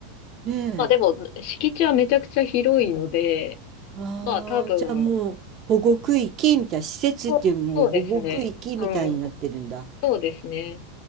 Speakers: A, on the right; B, on the left.
A: え、ねえ。
B: まあでも、敷地はめちゃくちゃ広いので、
A: ああ、
B: まあ多分、
A: じゃあもう、保護区域みたいな、施設っていうよりももう保護区域みたいになってるんだ。
B: そうそうですね。うん、そうですね。